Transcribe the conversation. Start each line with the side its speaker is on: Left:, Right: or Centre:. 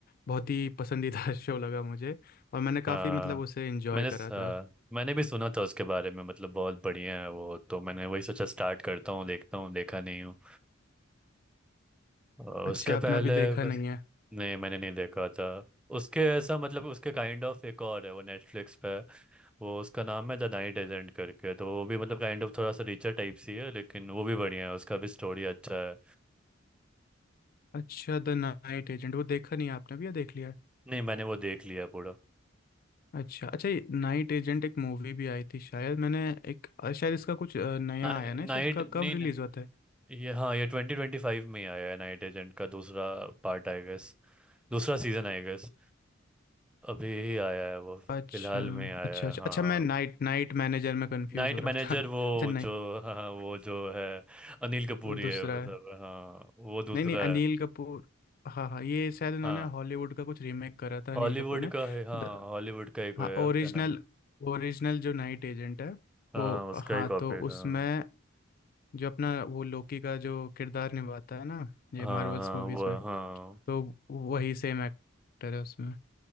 Left: बहुत ही पसंदीदा <laughs> शो लगा मुझे और मैंने काफ़ी
Centre: हाँ
Left: मतलब उसे एंजॉय
Centre: मैंने
Left: करा
Centre: स- हाँ,
Left: था
Centre: मैंने भी सुना था उसके बारे में मतलब बहुत बढ़िया है वो तो मैंने वही सोचा स्टार्ट करता हूँ देखता हूँ देखा नहीं हूँ और
Left: अच्छा
Centre: उसके
Left: आपने
Centre: पहले
Left: अभी देखा
Centre: बस
Left: नहीं है
Centre: नहीं मैंने नहीं देखा था उसके ऐसा मतलब उसके काइंड ऑफ एक और है वो नेटफ्लिक्स पे वो उसका नाम है द नाइट एजेंट करके तो वो भी मतलब काइंड ऑफ थोड़ा सा रिचर टाइप सी है लेकिन वो भी बढ़िया है उसका भी स्टोरी अच्छा है
Left: अच्छा द नाइट एजेंट वो देखा नहीं है आपने भी या देख लिया है
Centre: नहीं मैंने वो देख लिया पूरा
Left: अच्छा अच्छा ये नाइट एजेंट एक मूवी भी आई थी शायद मैंने एक अ, शायद इसका कुछ अ, नया
Centre: नाइट
Left: आया ना शायद क-
Centre: नहीं
Left: कब रिलीज
Centre: नहीं,
Left: होता है
Centre: ये हाँ ये ट्वेंटी ट्वेंटी फाइव में ही आया है नाइट एजेंट का दूसरा पार्ट आई गेस दूसरा सीजन आई गेस अभी ही आया है वो फिलहाल
Left: अच्छा
Centre: में आया
Left: अच्छा अच्छा
Centre: है हाँ
Left: अच्छा मैं नाइट नाइट मैनेजर में कंफ्यूज
Centre: नाइट
Left: हो रहा
Centre: मैनेजर
Left: था <laughs>
Centre: वो
Left: अच्छा नाइट
Centre: जो हाँ हाँ, वो जो है अनिल कपूर
Left: वो दूसरा
Centre: ही है वो
Left: है
Centre: सब हाँ वो दूसरा
Left: नहीं नहीं अनिल
Centre: है
Left: कपूर हाँ हाँ ये शायद इन्होंने
Centre: हाँ
Left: हॉलीवुड का कुछ रीमेक करा था अनिल
Centre: हॉलीवुड
Left: कपूर ने
Centre: का है हाँ
Left: द,
Centre: हॉलीवुड का एक वो
Left: हाँ
Centre: है
Left: ओरिजिनल
Centre: क्या नाम
Left: ओरिजिनल जो नाइट एजेंट है
Centre: हाँ
Left: वो
Centre: हाँ, उसका
Left: हाँ
Centre: ही कॉपी
Left: तो उसमें
Centre: हाँ
Left: जो अपना वो लोकी का जो किरदार निभाता है ना ये
Centre: हाँ
Left: मार्वल्स
Centre: हाँ
Left: मूवीज
Centre: वो
Left: में
Centre: हाँ
Left: तो वही सेम एक्टर है उसमें